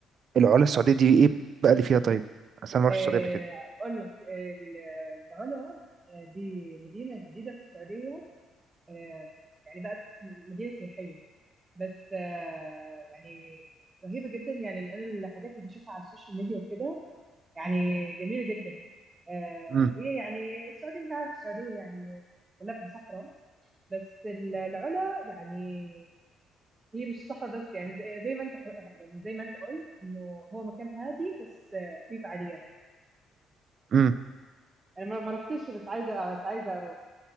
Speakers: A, on the right (about 55°); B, on the right (about 25°).
A: العلا السعودية دي ايه بقى اللي فيها طيب عشان ما
B: آه،
A: رحتش السعودية قبل كده
B: أقول لك آه، العلا آه، دي مدينة جديدة في السعودية آه، يعني بقت مدينة سياحية بس آه، يعني رهيبة جدا يعني أنا الحاجات اللي بشوفها على السوشيال ميديا وكده يعني جميلة جدا آه،
A: امم
B: هي يعني السعودية أنت عارف السعودية يعني كلها في صحراء بس ال- العلا يعني هي مش صحراء بس يعني زي زي ما أنت حو- يعني زي ما أنت قلت إنه هو مكان هادي بس آه، فيه فعاليات
A: امم
B: انا ما ما رحتش بس عايزه بس عايزه اروح